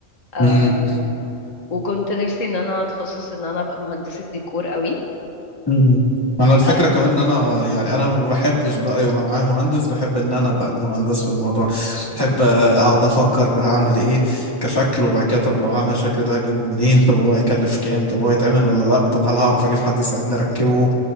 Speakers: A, on the left; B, on the left.
A: أم،
B: امم
A: وكنت نفسي ان انا اتخصص ان انا ابقى مهندسة ديكور قوي
B: امم انا الفكره
A: أه،
B: كمان ان انا يعني انا ما بحبش بقى يبقى معايا مهندس بحب ان انا ابقى المهندس في الموضوع بحب آه، اقعد افكر هعمل ايه كشكل وبعد كده طب لو هعمل الشكل ده هجيبه منين طب هو هيكلف كام طب هو هيتعمل ولا لا طب هل هعرف اجيب حد يساعدني اركبه